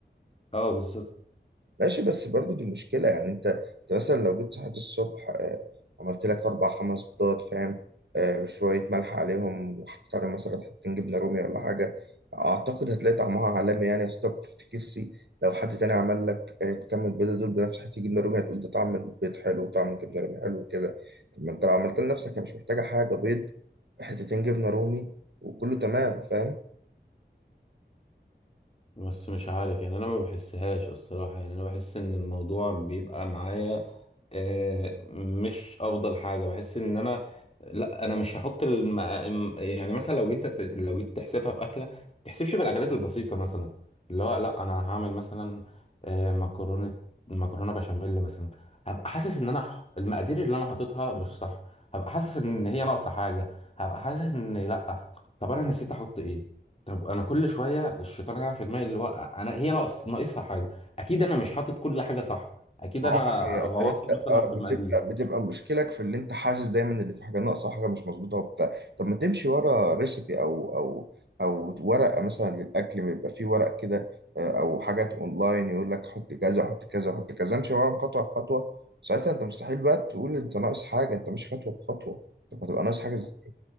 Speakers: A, on the left; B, on the right.
A: اه بالظبط
B: ماشي بس برضو دي مشكله يعني انت انت مثلا لو جيت صحيت الصبح آه، عملت لك اربع خمس بيضات فاهم آه، شويه ملح عليهم وحطيت عليهم مثلا حتتين جبنه رومي ولا حاجه اعتقد هتلاقي طعمها عالمي يعني اصل انت ما بتفتكسش لو حد تاني عمل لك آه، كم البيضه دول بنفس حته جبنه رومي هتقول ده طعم البيض حلو وطعم الجبنه رومي حلو وكده طب ما انت لو عملت لنفسك هي مش محتاجه حاجه بيض حتتين جبنه رومي وكله تمام فاهم
A: بس مش عارف يعني انا ما بحسهاش الصراحة يعني انا بحس ان الموضوع بيبقى معايا آه، مش افضل حاجه بحس ان انا لا انا مش هحط الم... يعني مثلا لو جيت ت- لو جيت تحسبها في اكله ما تحسبش في الاكلات البسيطه مثلا اللي هو لا انا هعمل مثلا آه، مكرونه مكرونه بشاميل مثلا هبقى حاسس ان انا ح- المقادير اللي انا حاططها مش صح هبقى حاسس ان هي ناقصه حاجه هبقى حاسس ان لا طب انا نسيت احط ايه طب انا كل شويه الشيطان هيلعب في دماغي اللي هو انا هي ناقص ناقصها حاجه اكيد انا مش حاطط كل حاجه صح اكيد
B: اه
A: انا
B: يعني
A: غلطت
B: انت اه
A: مثلا في
B: بتبقى
A: المقادير
B: بتبقى مشكلك في اللي انت حاسس دايما اللي في حاجه ناقصه حاجه مش مظبوطه وبتاع طب ما تمشي ورا ريسبي او او او ورقه مثلا للاكل ما يبقى فيه ورق كده آه، او حاجات اونلاين يقول لك حط كذا حط كذا حط كذا امشي وراهم خطوه بخطوه ساعتها انت مستحيل بقى تقول انت ناقص حاجه انت مش خطوه بخطوه طب ما تبقى ناقص حاجه ازاي؟